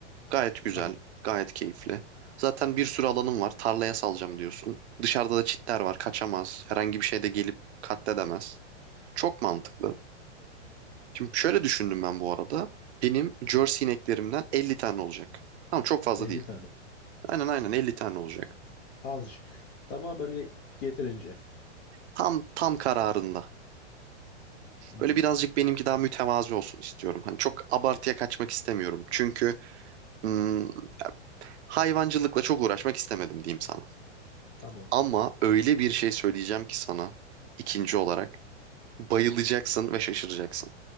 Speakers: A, on the right (about 65°); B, on the left (about 55°).
A: Gayet güzel,
B: Tamam.
A: gayet keyifli. Zaten bir sürü alanım var. Tarlaya salacağım diyorsun. Dışarıda da çitler var, kaçamaz. Herhangi bir şey de gelip katledemez. Çok mantıklı. Şimdi şöyle düşündüm ben bu arada. Benim Jersey ineklerimden 50 tane olacak. Tamam çok fazla
B: 50
A: değil.
B: tane.
A: Aynen aynen 50 tane olacak.
B: Azıcık. Tamam böyle yeterince.
A: Tam tam kararında.
B: Hmm,
A: Böyle birazcık benimki daha mütevazi olsun istiyorum. Hani çok abartıya kaçmak istemiyorum. Çünkü hmm, hayvancılıkla çok uğraşmak istemedim diyeyim sana.
B: tamam.
A: Ama öyle bir şey söyleyeceğim ki sana ikinci olarak bayılacaksın ve şaşıracaksın.